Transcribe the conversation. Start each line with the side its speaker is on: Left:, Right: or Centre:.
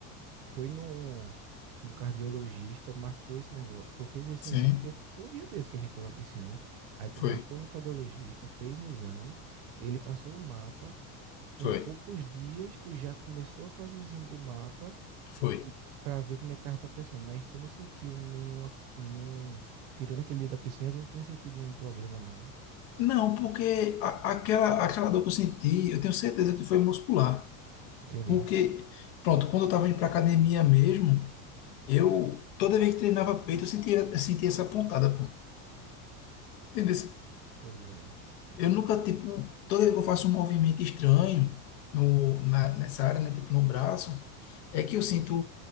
Right: foi no, no cardiologista, marcou esse negócio. Tu fez esse
Left: Sim,
Right: exame, porque foi um dia desse que a gente foi pra piscina, né? Aí tu
Left: foi,
Right: marcou no cardiologista, fez um exame, ele passou o mapa. Com
Left: foi,
Right: poucos dias, tu já começou a fazer o exame do mapa
Left: foi.
Right: e para ver como é que tava a tua pressão, mas tu não sentiu nenhuma, nenhum, tirando aquele dia da piscina, tu não tinha sentido nenhum problema não, né?
Left: Não, porque a- aquela, aquela dor que eu senti, eu tenho certeza que foi muscular.
Right: Entendi.
Left: Porque, pronto, quando eu estava indo para academia mesmo, eu, toda vez que treinava peito, eu sentia, eu sentia essa pontada, pô. Entendeu?
Right: Tô ligado.
Left: Eu nunca, tipo, toda vez que eu faço um movimento estranho no, na, nessa área, né? Tipo, no braço, é que eu sinto